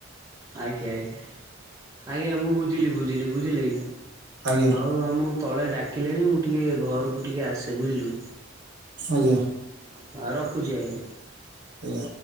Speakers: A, on the right; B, on the right.
A: ଆଜ୍ଞା ଆଜ୍ଞା ଆଜ୍ଞା ମୁଁ ବୁଝିଲି ବୁଝିଲି ବୁଝିଲେ
B: ଆଜ୍ଞା
A: ହଉ ଆଉ ମୁଁ ତଳେ ଡାକିଲେଣି ମୁଁ ଟିକେ ଘରକୁ ଟିକେ ଆସେ ବୁଝିଲୁ
B: ଆଜ୍ଞା
A: ହଁ ରଖୁଛି ଆଜ୍ଞା
B: ଆଜ୍ଞା।